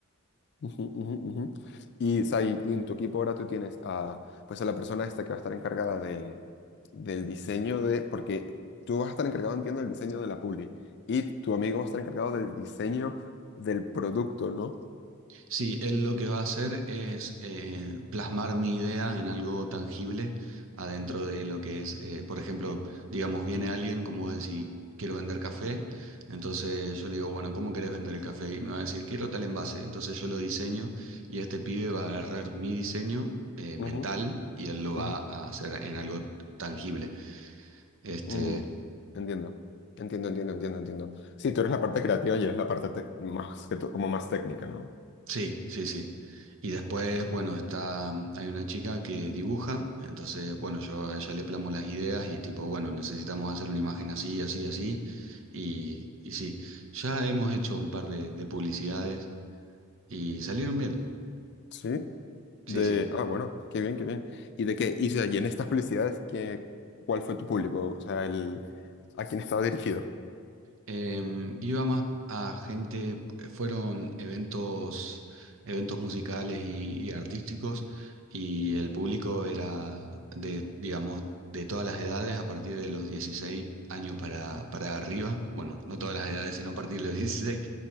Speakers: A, on the left (about 55°); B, on the right (about 65°).
A: Ujú, ujú, ujú. Y, o sea, y- y en tu equipo ahora tú tienes a, pues a la persona esta que va a estar encargada de, del diseño de, porque tú vas a estar encargado, entiendo, del diseño de la publi y tu amigo va a estar encargado del diseño del producto, ¿no?
B: Sí, él lo que va a hacer es eh, plasmar mi idea en algo tangible adentro de lo que es, eh, por ejemplo, digamos, viene
A: Mm.
B: alguien, como vos decís, quiero vender café, entonces yo le digo, bueno, ¿cómo querés vender el café? Y me va a decir, quiero tal envase, entonces yo lo diseño y este pibe va a agarrar mi diseño eh, mental
A: Ujú,
B: y él lo va
A: ujú,
B: a hacer en algo tangible. Este.
A: mm. Entiendo, entiendo, entiendo, entiendo, entiendo. Sí, tú eres la parte creativa y eres la parte tec- más que to- como más técnica, ¿no?
B: Sí, sí, sí. Y después, bueno, está, mm, hay una chica que dibuja, entonces, bueno, yo a ella le plamo las ideas y tipo, bueno, necesitamos hacer una imagen así, así, así. Y, y sí, ya hemos hecho un par de, de publicidades y salieron bien.
A: Sí.
B: Sí,
A: De,
B: sí.
A: ah, bueno, qué bien, qué bien. ¿Y de qué? Y, o sea, y en estas publicidades, ¿qué, cuál fue tu público? O sea, el, ¿a quién estaba dirigido?
B: Em, iba más a gente, eh, fueron eventos, eventos musicales y, y artísticos, y el público era de, digamos, de todas las edades, a partir de los 16 años para, para arriba. Bueno, no todas las edades, sino a partir de los <laughs> 16.